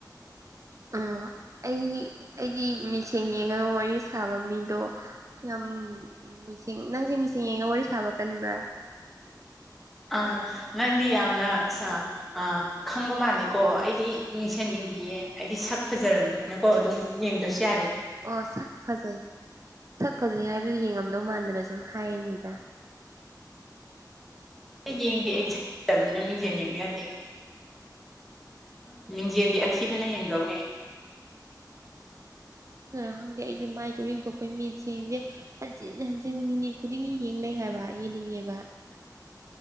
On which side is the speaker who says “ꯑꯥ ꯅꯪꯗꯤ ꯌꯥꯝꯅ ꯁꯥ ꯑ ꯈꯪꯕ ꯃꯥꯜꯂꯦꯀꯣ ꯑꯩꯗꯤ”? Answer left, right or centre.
Centre